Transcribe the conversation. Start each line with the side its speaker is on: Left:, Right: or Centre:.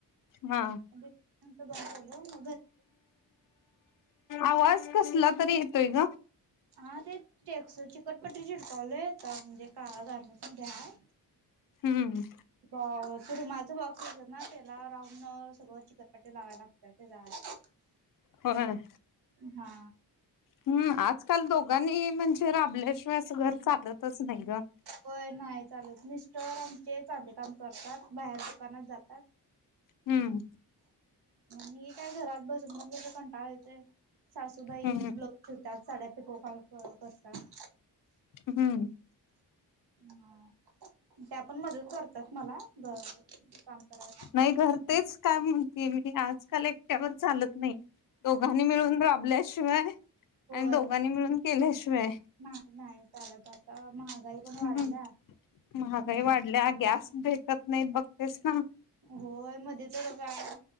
Left: हा
Right: बंद केलं,, मग घरऽ
Left: आवाज कसला तरी येतोय ग?
Right: हा तेच टस चिकटपट्टी चिटकावलं आहे आता म्हणजे का गारमेंटमध्ये् आय.
Left: हम्म,
Right: त रुमाल च बॉक्स असंत ना त्याला राऊंड सगळं चिकटऽ पटी लावाय लागतात ते जाऽऽ
Left: होय,
Right: हा
Left: हम्म आजकाल दोघांनी म्हणजे राबल्याशिवाय असं घर चालतच नाही ग
Right: होय नाही चालत मिस्टर आमचे चांदी काम करतात बाहेर दुकानात जातात <inaudible>
Left: हम्म.
Right: मी काय घरात बसून पण त्या कंटाळच येतोय सासूबाई
Left: हम्म
Right: ब. तव त्यात साड्या पिको फॉल करतात.
Left: हम्म
Right: ह त्या पण मदत करतात मला काम कराय
Left: नाही घर तेच, काय म्हणते मी आजकाल एकट्यावर चालत नाही. दोघांनी मिळून राबल्याशिवाय,,
Right: होय
Left: आणि दोघांनी मिळून केल्याशिवायऽ
Right: नाही चालत. आता महागाई पण वाढल्या
Left: हम्,, महागाई वाढल्या, ग्यास भेटऽ त नाहीत बघतेस ना.
Right: हो मध्ये तर काय